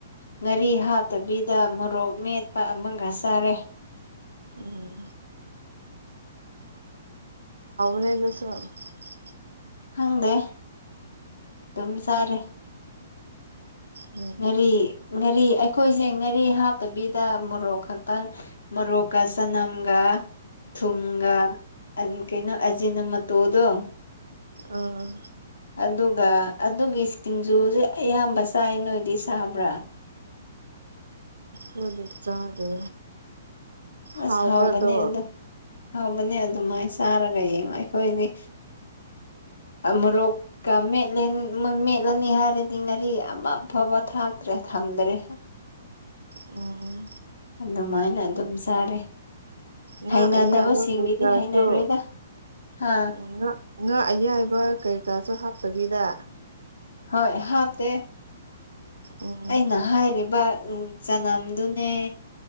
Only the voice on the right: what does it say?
ꯎꯝ <unintelligible>
ꯎꯝ
ꯑꯥ
ꯍꯣꯏꯗꯤ ꯆꯥꯗꯦ ꯍꯥꯎꯕ꯭ꯔꯥꯗꯣ
ꯎꯝ
ꯉꯥ
ꯑꯌꯥꯏꯕ ꯀꯩꯀꯥꯁꯨ
ꯉꯥ ꯉꯥ ꯑꯌꯥꯏꯕ ꯀꯩꯀꯥꯁꯨ ꯍꯥꯞꯇꯕꯤꯗ
ꯎꯝ